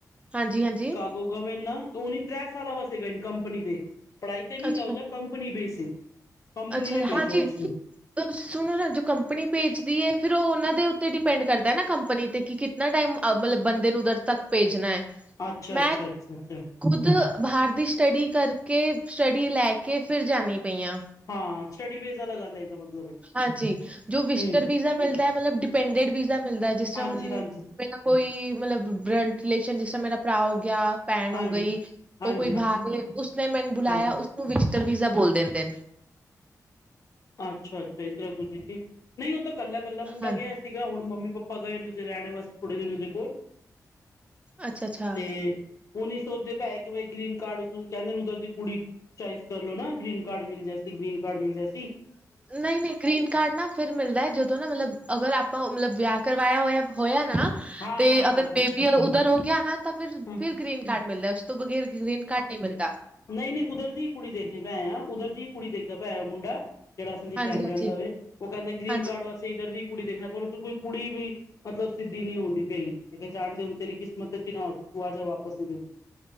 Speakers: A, on the right; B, on the left.
A: ਹਾਂਜੀ ਹਾਂਜੀ
B: ਗਵਰਮੈਂਟ ਉਹ ਤ੍ਰ ਸਾਲ ਵਸੇਗਾ ਕੰਪਨੀ ਤੇ ਪੜਾਈ ਤੇ ਨਹੀਂ
A: ਅੱਛਾ
B: ਗ ਉਹ ਕੰਪਨੀ ਬੇਸ ਇਹ ਕੰਪਨੀ
A: ਅੱਛਾ
B: ਨੇ
A: ਹਾਂ
B: ਭੇਜਿਆ
A: ਜੀ
B: ਉਸਨੂੰ
A: ਸੁਣੋ ਨਾ ਜੋ ਕੰਪਨੀ ਭੇਜਦੀ ਹੈ ਫਿਰ ਉਹਨਾਂ ਦੇ ਉੱਤੇ ਡਿਪੈਂਡ ਕਰਦਾ ਨਾ ਕੰਪਨੀ ਤੇ ਕਿਤੇ ਨਾ ਟਾਈਮ ਮਤਲਬ ਬੰਦੇ ਨੂੰ ਉੱਧਰ ਤੱਕ ਭੇਜਣਾ ਹੈ
B: ਅੱਛਾ ਅੱਛਾ
A: ਮੈਂ
B: ਅੱਛਾ ਅੱਛਾ
A: ਖੁਦ ਬਾਹਰ ਦੀ ਸਟੱਡੀ ਕਰਕੇ ਸਟੱਡੀ ਲੈ ਕੇ ਫਿਰ ਜਾਣੀ ਪਈਆਂ
B: ਹਾਂ ਸਟਡੀ ਬੇਸ ਅਲੱਗ ਚ ਮਤਲਬ
A: ਹਾਂਜੀ ਜੋ ਵਿਸਟਰ
B: ਹਮ
A: ਵੀਜ਼ਾ ਮਿਲਦਾ ਮਤਲਬ ਡਿਪੈਂਡਡ ਵੀਜ਼ਾ ਮਿਲਦਾ ਜਿਸ ਤਰ੍ਹਾਂ
B: ਹਾਂਜੀ
A: ਹੁਣ
B: ਹਾਂਜੀ
A: ਮੇਰਾ ਕੋਈ ਮਤਲਬ ਬਲਡ ਰਿਲੇਸ਼ਨ ਜਿਸ ਤ੍ਹਾਂ ਮੇਰਾ ਭਰਾ ਹੋ ਗਿਆ ਭੈਣ
B: ਹਾਂਜੀ
A: ਹੋ ਗਈ
B: ਹਾਂਜੀ
A: ਉਹ ਕੋਈ ਬਾਹਵੇ ਉਸਨੇ ਮੈਨੂੰ ਬੁਲਾਇਆ
B: ਹਾਂਜੀ
A: ਉਸਨੂੰ ਵਿਸ਼ਤਰ ਵੀਜ਼ਾ ਬੋਲ ਦਿੰਦੇ ਨੇ
B: ਅੱਛਾ ਅੱਛਾ ਇਸ ਤਰ੍ਹਾਂ ਕੁਝੀ ਨਹੀਂ ਉਹ ਤਾਂ ਇਕੱਲਾ ਇਕੱਲਾ ਮੁੰਡਾ
A: ਹਾਂਜੀ
B: ਗਿਆ ਸੀਗਾ ਹੁਣ ਮੰਮੀ ਪਾਪਾ ਗਏ ਨੇ ਨਿਊਜ਼ੀਲੈਂਡ ਰਹਿਣੇ ਵਾਸ ਥੋੜੇ ਦਿਨ ਦੇਖੋ
A: ਅੱਛਾ-ਅੱਛਾ।
B: ਤੇ ਉਹ ਨਹੀਂ ਸੋਚਦੇ ਪਏ ਕਿ ਬਈ ਗ੍ਰੀਨ ਕਾਰਡ ਉਸ ਕਹਿੰਦੇ ਉਧਰ ਦੀ ਕੁੜੀ ਚਇਸ ਕਰਲੋ ਨਾ ਗ੍ਰੀਨ ਕਾਰਡ ਮਿਲ ਜਾ ਸੀ ਗ੍ਰੀਨ ਕਾਰਡ ਮਿਲ ਜਾ ਸੀ
A: ਨਹੀਂ ਨਹੀਂ ਗਰੀਨ ਕਾਰਡ ਨਾ ਫਿਰ ਮਿਲਦਾ ਜਦੋਂ ਨਾ ਮਤਲਬ ਅਗਰ ਆਪਾਂ ਮਤਲਬ ਵਿਆਹ ਕਰਵਾਇਆ ਹੋਇਆ ਹੋਇਆ ਨਾ।
B: ਹਾਂ
A: ਤੇ
B: ਹਾਂ
A: ਅਗਰ
B: ਹਾਂ
A: ਬੇਬੀ ਉਧਰ ਹੋ ਗਿਆ ਨਾ ਤਾਂ ਫਿਰ
B: ਹਾਂ
A: ਫਿਰ ਗ੍ਰੀਨ ਕਾਰਡ ਮਿਲਦਾ। ਤੋਂ ਬਗੈਰ ਗ੍ਰੀਨ ਕਾਰਡ ਨਹੀਂ ਮਿਲਦਾ।
B: ਨਹੀਂ-ਨਹੀਂ ਉਧਰ ਦੀ ਹੀ ਕੁੜੀ ਦੇਖਣੇ ਪੈਏ ਆ ਉਧਰ ਦੀ ਹੀ ਕੁੜੀ ਦੇਖਦਾ ਪਿਆ ਆ ਮੁੰਡਾ। ਜਿਹੜਾ ਸੰਜੀ
A: ਹਾਂਜੀ-ਹਾਂਜੀ,
B: ਸਹਿਣ ਜਾਣ
A: ਹਾਂਜੀ।
B: ਦਾਵੇ ਉਹ ਕਹਿੰਦਾ ਗ੍ਰਰੀਨ
A: ਹਾਂਜੀ
B: ਕਾਰਡ ਵਾਸਤੇ ਇੱਧਰ ਦੀ ਕੁੜੀ ਦੇਖਣਾ ਪਰ ਉਸਨੂੰ ਕੋਈ ਕੁੜੀ ਵੀ ਮਤਲਬ ਸਿੱਧੀ ਨਹੀਂ ਹੁੰਦੀ ਪਈ ਜਾਣਦੇ ਹੋਣ ਤੇਰੀ ਕਿਸਮਤ ਚ ਨਾ ਤੂੰ ਆ ਜਾ ਵਾਪਸ ਇਧਰ ਹੀ